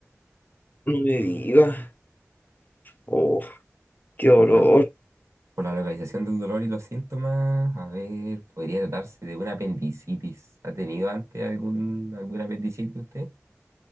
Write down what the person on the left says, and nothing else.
No me digas, oh, qué dolor.